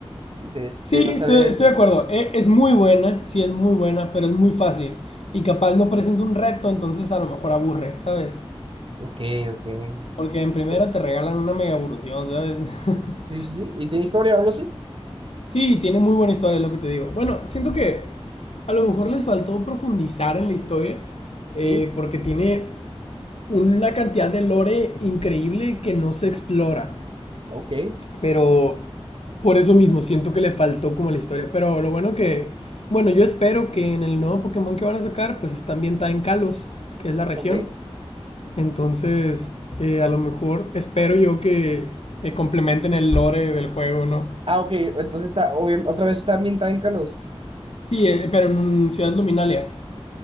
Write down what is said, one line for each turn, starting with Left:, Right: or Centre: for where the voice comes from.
Right: De este,
Left: Sí,
Right: no
Left: estoy,
Right: sabría
Left: estoy
Right: decirte.
Left: de acuerdo. E- Es muy buena, sí es muy buena, pero es muy fácil. Y capaz no presenta un reto, entonces a lo mejor aburre, ¿sabes?
Right: Ok, ok.
Left: Porque en primera
Right: Pero,
Left: te regalan una mega evolución, ¿sabes? <laughs>
Right: sí, sí, sí. ¿Y tiene historia o algo así?
Left: Sí, tiene muy buena historia, es lo que te digo. Bueno, siento que a lo mejor les faltó profundizar en la historia, eh,
Right: Sí.
Left: porque tiene una cantidad de lore increíble que no se explora.
Right: Ok,
Left: Pero por eso mismo siento que le faltó como la historia. Pero lo bueno que, bueno, yo espero que en el nuevo Pokémon que van a sacar, pues está ambientada en Kalos, que es la región.
Right: ok.
Left: Entonces, eh, a lo mejor espero yo que eh, complementen el lore del juego, ¿no?
Right: Ah, ok. Entonces está, obvia- otra vez está ambientada en Kalos.
Left: Sí, eh, pero en Ciudad Luminalia,